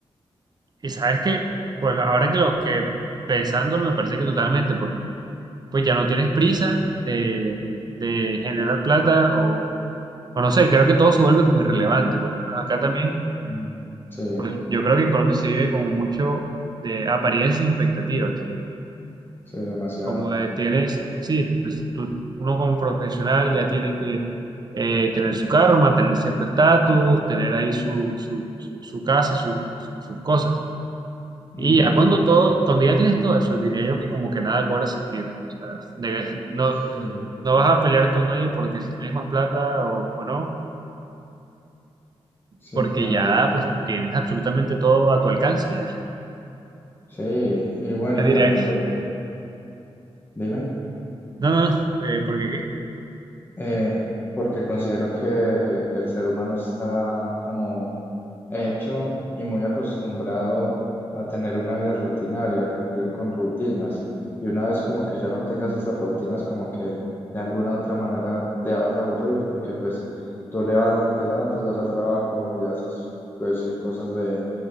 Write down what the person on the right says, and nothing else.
Y sabes que, pues ahora que lo que pensándolo me parece que totalmente, porque pues ya no tienes prisa de, de generar plata o, o no sé, creo que todo se vuelve como irrelevante, por lo menos acá también,
pues yo creo que en Colombia se vive como mucho de apariencias y expectativas.
Como eh, tienes, sí, pues tú- uno como profesional ya tiene que eh, tener su carro, mantener cierto estatus, tener ahí su, su, su, su casa, su- su- sus cosas.
Y ya cuando todo, cuando ya tienes todo eso, diría yo que como que nada cobra sentido. O sea, debes- no,
no vas a pelear con nadie porque si tienes más plata o, o no,
porque
ya
pues tienes absolutamente todo a tu alcance ya.
Yo diría
que,
no, no, no, eh, porque qué.